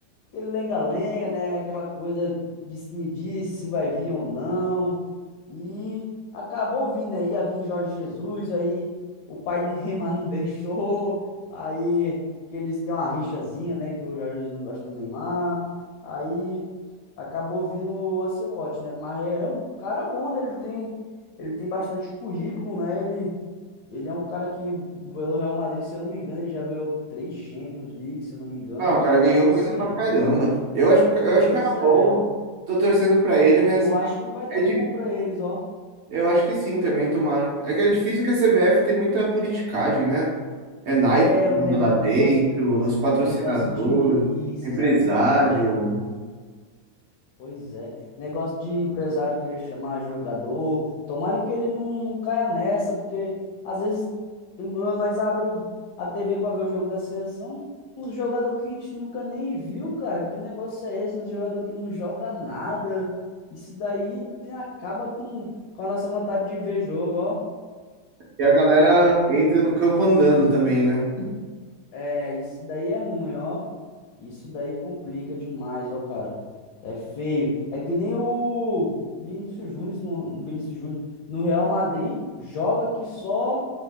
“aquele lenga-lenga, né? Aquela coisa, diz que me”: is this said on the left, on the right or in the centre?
Left